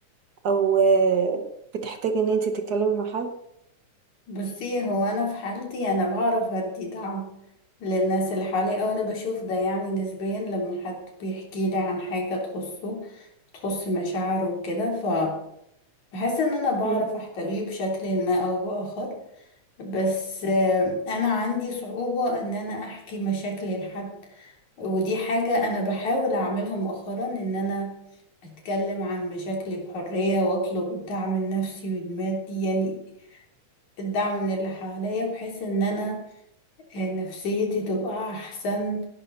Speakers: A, on the right (about 75°); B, on the left (about 70°).
A: او آه بتحتاجي ان انتي تتكلمي مع حد
B: بصي هو أنا في حالتي أنا بعرف أدي دعم للناس اللي حواليا أو أنا بشوف ده يعني نسبيا لما حد بيحكي لي عن حاجة تخصه تخص مشاعره وكده فبحس إن أنا بعرف
A: امم
B: أحتويه بشكل ما أو بآخر بس آه، انا عندي صعوبة ان انا احكي مشاكلي لحد ودي حاجة انا بحاول اعملها مؤخرا ان انا اتكلم عن مشاكلي بحرية واطلب الدعم النفسي والمادي يعني الدعم من اللي حواليا بحيث ان انا آه، نفسيتي تبقى احسن